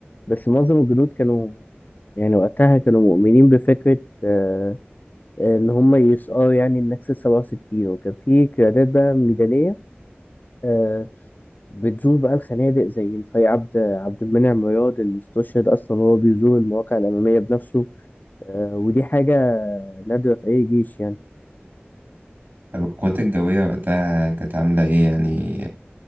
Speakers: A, on the left (about 45°); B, on the right (about 50°).
A: بس معظم الجنود كانوا يعني وقتها كانوا مؤمنين بفكرة أه إن هم يسقوا يعني النكسة 67 وكان في قيادات بقى ميدانية أه بتزور بقى الخنادق زي الفاي عبد عبد المنعم مراد اللي استشهد أصلا وهو بيزور المواقع الأمامية بنفسه أه ودي حاجة نادرة في أي جيش يعني
B: طب القوات الجوية وقتها كانت عاملة ايه يعني